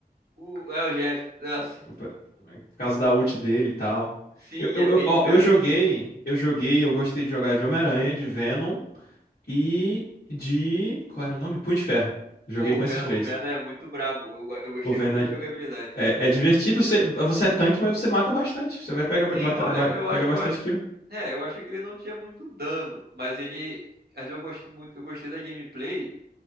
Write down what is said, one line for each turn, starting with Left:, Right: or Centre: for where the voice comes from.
Right: O, é, o Jeff. nossa,
Left: o pe- Por causa da ult dele e tal.
Right: sim,
Left: Eu, eu,
Right: é bem
Left: eu, ó,
Right: idiota.
Left: eu joguei, eu joguei, eu gostei de jogar de Homem-Aranha, de Venom e de. Qual era o nome? Punho de Ferro. Joguei
Right: Pô,
Left: com
Right: o Ven-
Left: esses três.
Right: o Venom é muito brabo. Eu, go- eu gostei
Left: O Venom.
Right: muito da jogabilidade.
Left: É, é divertido, você, você é tanque, mas você mata bastante. Você vai pegar bata-
Right: Sim, olha,
Left: ba-
Right: eu
Left: pega
Right: acho,
Left: bastante
Right: eu acho,
Left: kill.
Right: é, eu achei que ele não tinha muito dano, mas ele, mas eu gosto muito, eu gostei da gameplay,